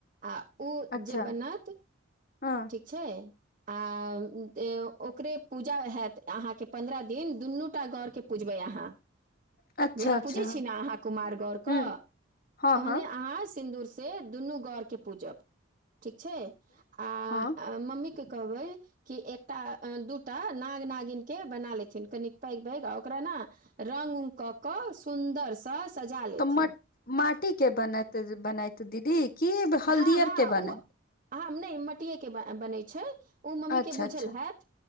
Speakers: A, on the right; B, on the left.
A: आ ओ
B: अच्छा
A: जे बनत
B: हँ
A: छैय आ ओकरे पूजा हैत अहाँके पन्द्रह दिन दुनूटा गरके पुजबै अहाँ।
B: अच्छा
A: जेना
B: अच्छा
A: पूजै छीयै न अहाँ कुमार गरके
B: ह हँ
A: ओहने
B: हँ
A: अहाँ सिंदू से दुनू गौर के पूजब ठीक छै आ
B: हँ
A: मम्मी के कहबै कि एकटा दू टा नाग नागिनकेँ बना लेथिन कनिक पैघ पैघ आ ओकरा ने रङंग उ कऽ कऽ सुन्दरसँ सजा लेथिन
B: तऽ माटी के बनैते बनैते दीदी की हल्दी
A: हँ हँ
B: आर के बनैत
A: ओ ह नहि मटिये के बनै छै ओ मम्मी
B: अच्छा
A: के बुझल
B: अच्छा
A: हयैत